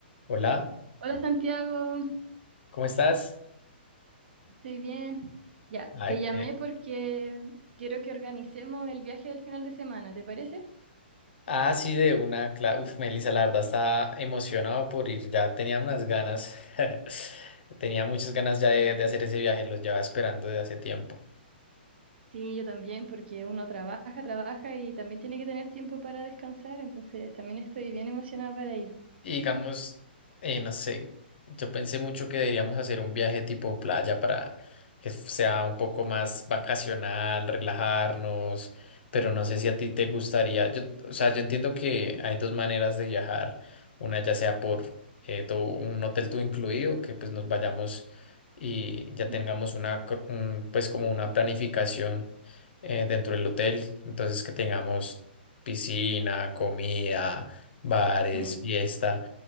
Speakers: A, on the left; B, on the right.
A: Hola,
B: Hola Santiago,
A: ¿cómo estás?
B: estoy bien. Ya,
A: Ay,
B: te llamé
A: qué-
B: porque quiero que organicemos el viaje del final de semana, ¿te parece?
A: Ah, sí, de una clase. Uf, Melissa, la verdad está emocionado por ir. Ya tenía unas ganas. <laughs> Tenía muchas ganas ya de,
B: Sí,
A: de hacer ese viaje. Los llevaba esperando de hace tiempo.
B: Sí, yo también, porque uno trabaja, trabaja y también tiene que tener tiempo para descansar, entonces también estoy bien emocionada para ir.
A: Y digamos, eh, no sé, yo pensé mucho que deberíamos hacer un viaje tipo playa para que sea un poco más vacacional, relajarnos, pero
B: Ujú.
A: no sé si a ti te gustaría, yo, o sea, yo entiendo que hay dos maneras de viajar, una ya sea por eh, todo un hotel todo incluido, que pues nos vayamos y ya
B: Mm,
A: tengamos una, cr- un, pues como una planificación eh, dentro del hotel, entonces que tengamos piscina, comida bares,
B: ujú.
A: fiesta